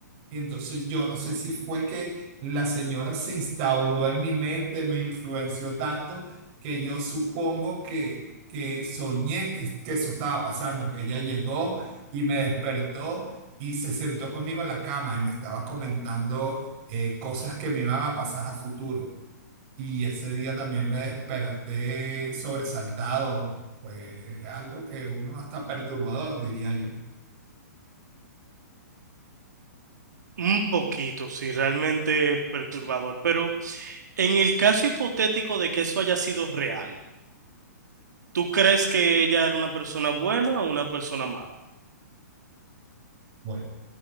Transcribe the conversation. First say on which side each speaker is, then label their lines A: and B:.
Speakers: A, on the right; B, on the right.
A: Y entonces yo no sé si fue que la señora se instauró en mi mente, me influenció tanto que yo supongo que, que soñé que, que eso estaba pasando, que ella llegó y me despertó y se sentó conmigo en la cama y me estaba comentando eh, cosas que me iban a pasar a futuro. Y ese día también me desperté sobresaltado. Fue algo que uno hasta perturbador, diría yo.
B: un poquito, sí, realmente perturbador, pero en el caso hipotético de que eso haya sido real, ¿tú crees que ella era una persona buena o una persona mala?
A: Bueno,